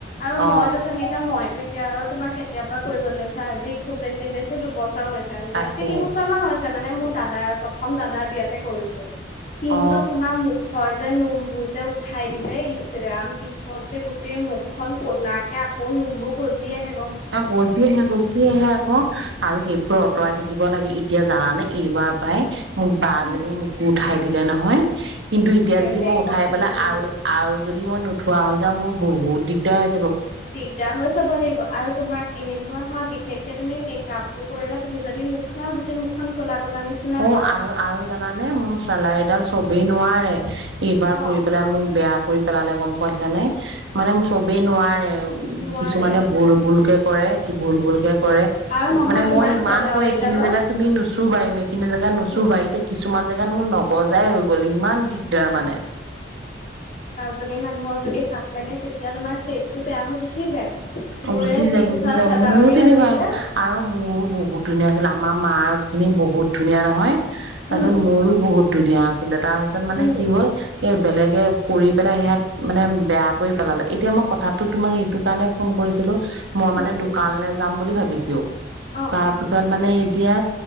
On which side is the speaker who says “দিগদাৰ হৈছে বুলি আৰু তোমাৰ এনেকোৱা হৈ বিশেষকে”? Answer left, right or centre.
Left